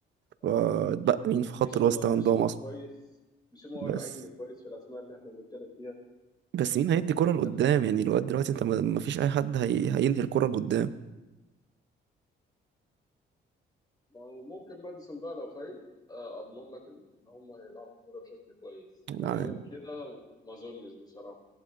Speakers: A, on the right; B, on the left.
A: فاتبقى
B: اه مش فاهم
A: مين في
B: بيسوما
A: خط الوسط عندهم
B: بيسوما
A: اصلا
B: كويس بيسوما هو
A: بس
B: الوحيد اللي كويس في الاسماء اللي احنا بنتكلم فيها
A: بس مين هيدي كرة
B: انت
A: لقدام يعني لغاية دلوقتي انت ما ما فيش اي حد هي... هينهي الكرة لقدام
B: ما هو ممكن ماديسون بقى لو فايق آه، اضمن لك ان هم هيلعبوا كوره بشكل كويس انما
A: يعني
B: غير كده ما اظنش بصراحه